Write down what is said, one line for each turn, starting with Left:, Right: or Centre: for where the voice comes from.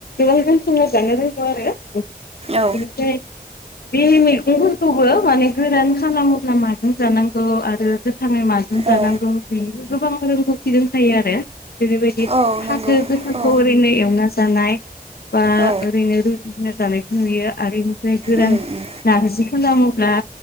Left: गोबां <unintelligible> रोंगौ आरो बेनिफ्राय
Right: औ
Left: <inaudible> बे मैगंफोरखौबो माने गोरान खालामोब्ला माजों जानांगौ आरो गोथाङै माजों जानांगौ
Right: औ
Left: बेनिबो गोबां <unintelligible> आरो जेरैबायदि
Right: औ
Left: फाथो
Right: नंगौ
Left: गोथांखौ
Right: औ
Left: ओरैनो एवना जानाय बा
Right: औ
Left: ओरैनो रुना जानायखौ नुयो आरो बेनिफ्राय गोरान
Right: उम उम
Left: नारजिखौ होनब्ला